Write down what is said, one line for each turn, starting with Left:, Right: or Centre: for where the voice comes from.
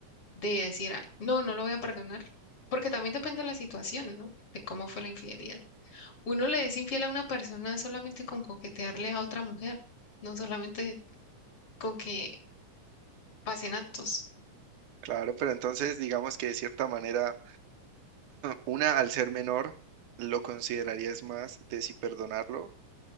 Left: de decir, "Ah, no, no lo voy a perdonar, porque también depende de la situación, ¿no? De cómo fue la infidelidad. Uno le es infiel a una persona solamente con coquetearle a otra mujer, no solamente con que pasen actos.
Right: claro, pero entonces digamos que de cierta manera, una al ser menor, lo considerarías más de si perdonarlo